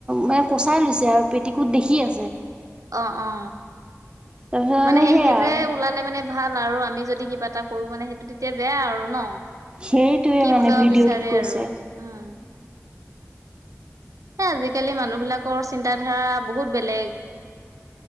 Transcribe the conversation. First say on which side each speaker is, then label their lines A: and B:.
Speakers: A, on the right; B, on the right.
A: মানে কচাই লৈছে আৰু পেটিকোত দেখি আছে
B: অহ অ
A: তাৰপিছত
B: মানে সেই
A: সেয়া
B: সেই যে
A: আৰু
B: ওলালে মানে ভাল আৰু আমি যদি কিবা এটা কৰো মানে সেইটো তেতিয়া বেয়া আৰু ন
A: সেইটোৱে
B: কি
A: মানে
B: বুজাব
A: ভিডিঅ'টোত
B: বিচাৰে
A: কৈছে
B: আৰু উম। এ আজিকালি মানুহ বিলাকৰ চিন্তা ধাৰা বহুত বেলেগ।